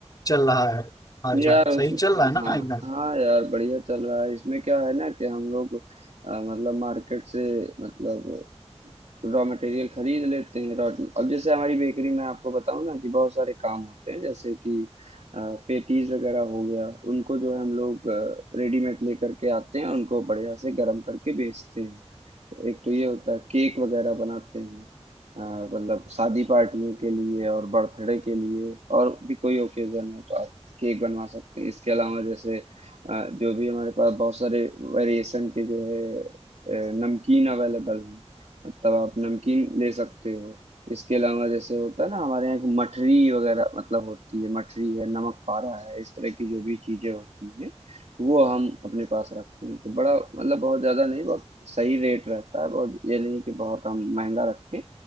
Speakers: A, on the left; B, on the right.
A: चल रहा है हाल
B: हैं यार
A: चाल
B: उस
A: सही चल रहा है ना
B: हाँ
A: एकदम
B: हाँ यार बढ़िया चल रहा है इसमें क्या है ना कि हम लोग अ, मतलब मार्केट से मतलब रॉ मटेरियल खरीद लेते हैं रॉ अब जैसे हमारी बेकरी में आपको बताऊं ना कि बहुत सारे काम होते हैं जैसे कि पेटीज वगैरह हो गया उनको जो है हम लोग रेडीमेड लेकर के आते हैं उनको बढ़िया से गर्म करके बेचते हैं एक तो ये होता है केक वगैरह बनाते हैं अ, मतलब शादी पार्टियों के लिए और बर्थडे के लिए और भी कोई ओकेजन हो तो आप केक बनवा सकते हैं इसके अलावा जैसे अ, जो भी हमारे पास बहुत सारे वेरिएशन के जो है अ, नमकीन अवेलेबल हैं मतलब आप नमकीन ले सकते हो इसके अलावा जैसे होता है ना हमारे यहाँ एक मठरी वगैरह मतलब होती है मठरी है नमक पारा है इस तरह की जो भी चीज़ें होती हैं वो हम अपने पास रखते हैं तो बड़ा मतलब बहुत ज़्यादा नहीं बहुत सही रेट रहता है बहुत ये नहीं कि बहुत हम महंगा रखते हैं